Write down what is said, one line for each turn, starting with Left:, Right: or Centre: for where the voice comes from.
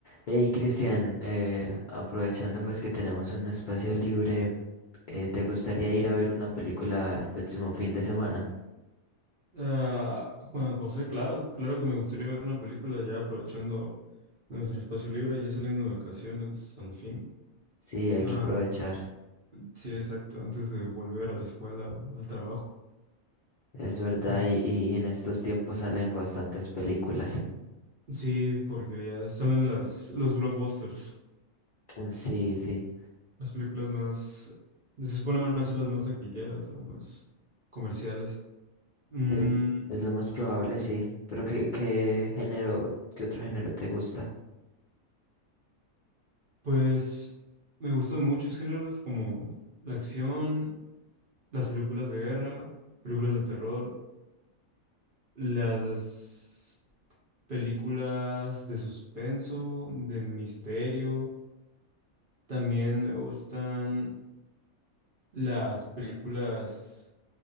Left: Hey Cristian, eh, aprovechando pues que tenemos un espacio libre, eh, ¿te gustaría ir a ver una película el próximo fin de semana?
Right: Ah, Juan José, claro, claro que me gustaría ver una película ya aprovechando nuestro espacio libre, ya saliendo de vacaciones al fin.
Left: Sí, hay
Right: Ah,
Left: que aprovechar,
Right: sí, exacto, antes de volver a la escuela o al trabajo.
Left: es verdad,
Right: Sí,
Left: y, y en estos tiempos salen bastantes películas.
Right: Sí, porque ya salen las, los blockbusters,
Left: Mm, Sí, sí,
Right: las películas más, se supone van a ser las más taquilleras o más comerciales. Mm,
Left: es, es lo más probable, sí, pero ¿qué, qué género, qué otro género te gusta?
Right: pues me gustan muchos géneros como la acción, las películas de guerra, películas de terror. las películas de suspenso, de misterio. También me gustan las películas